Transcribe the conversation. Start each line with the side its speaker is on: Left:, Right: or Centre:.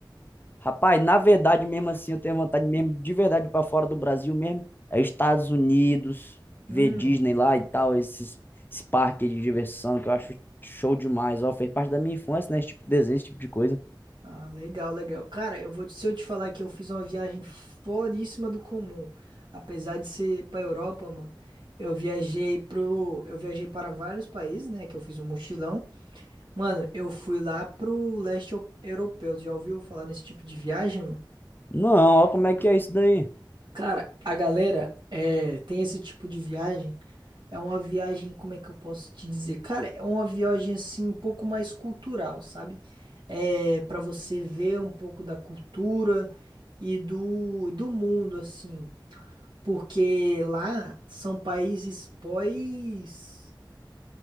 Left: Rapaz, na verdade mesmo assim, eu tenho vontade mesmo, de verdade, pra fora do Brasil mesmo. É Estados Unidos,
Right: Hum.
Left: ver Disney lá e tal, esses, esse parque de diversão que eu acho show demais, ó. Fez parte da minha infância, né? Esse tipo de desenho, esse tipo de coisa.
Right: Ah, legal, legal. Cara, eu vou, te- se eu te falar que eu fiz uma viagem foríssima do comum, apesar de ser pra Europa, mano, eu viajei pro, eu viajei para vários países, né, que eu fiz um mochilão. Mano, eu fui lá pro leste eu- europeu. Já ouviu falar nesse tipo de viagem, mano?
Left: Não, ó, como é que é isso daí?
Right: Cara, a galera é, tem esse tipo de viagem. É uma viagem, como é que eu posso te dizer? Cara, é uma viagem assim um pouco mais cultural, sabe? É para você ver um pouco da cultura e do, do mundo, assim. Porque lá são países pós